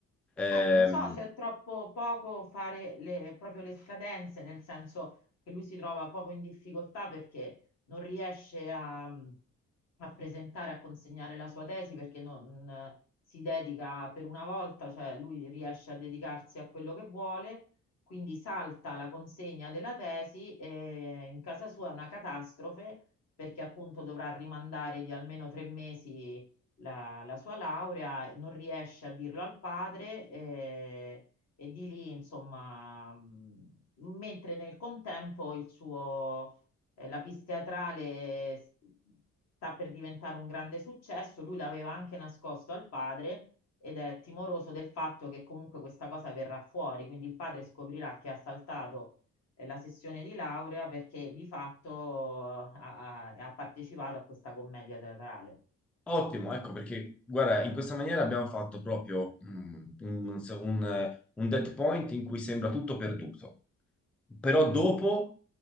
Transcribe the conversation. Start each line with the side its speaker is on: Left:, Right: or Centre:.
Centre: Ehm,
Left: Eh, non so se è troppo poco fare le, proprio le scadenze, nel senso che lui si trova proprio in difficoltà perché non riesce a, a presentare, a consegnare la sua tesi perché non si dedica per una volta, cioè lui riesce a dedicarsi a quello che vuole, quindi salta la consegna della tesi e in casa sua è una catastrofe perché appunto dovrà rimandare di almeno tre mesi la, la sua laurea, non riesce a dirlo al padre eh, e di lì, insomma, mh, mentre nel contempo il suo, eh, la pista teatrale s- sta per diventare un grande successo, lui l'aveva anche nascosto al padre ed è timoroso del fatto che comunque questa cosa verrà fuori, quindi il padre scoprirà che ha saltato eh, la sessione di laurea perché di fatto eh, ha ha- ha partecipato a questa commedia teatrale.
Centre: ottimo, ecco perché guarda, in questa maniera abbiamo fatto proprio mm, un, un, eh, un dead point in cui sembra tutto perduto, però dopo,